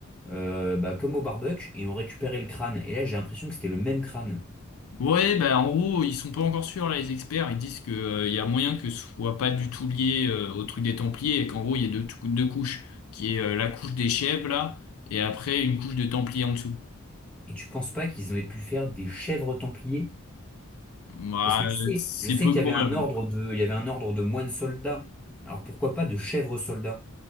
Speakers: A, in the centre; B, on the left.
A: euh, bah, comme au barbecue, et ont récupéré le crâne. Et là, j'ai l'impression que c'était le même crâne.
B: Ouais, bah, en gros, ils sont pas encore sûrs, là, les experts. Ils disent que, euh, y a moyen que ce soit pas du tout lié, euh, au truc des Templiers et qu'en gros, il y a deux, tou- deux couches, qui est, euh, la couche des chèvres, là, et après, une couche de Templiers en dessous.
A: Et tu penses pas qu'ils auraient pu faire des chèvres templiers?
B: Ouais,
A: Parce que tu sais,
B: c'est
A: je sais
B: peu
A: qu'il
B: probable.
A: y avait un ordre
B: hein.
A: de, il y avait un ordre de moines soldats. Alors pourquoi pas de chèvres soldats?